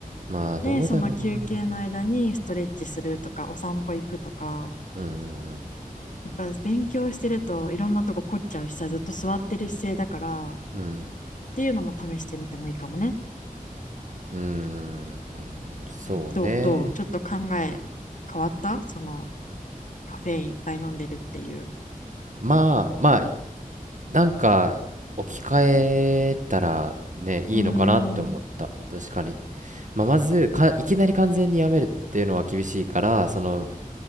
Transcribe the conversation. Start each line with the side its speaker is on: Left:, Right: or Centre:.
Right: まあ、どうだろうな。
Left: で、その休憩の間にストレッチするとか、お散歩行くとか、
Right: うん、
Left: やっぱ勉強してるといろんなとこ凝っちゃうしさ、ずっと座ってる姿勢だから、っ
Right: うん、
Left: ていうのも試してみてもいいかもね。
Right: うん、そうね。
Left: うんどう、どうちょっと考え変わったそのカフェインいっぱい飲んでるっていう。
Right: まあ、まあ、なんか、置き換えたらね、いいのかなって思った。
Left: うーん、
Right: 確かに。まあ、まずか、いきなり完全にやめるっていうのは厳しいから、その、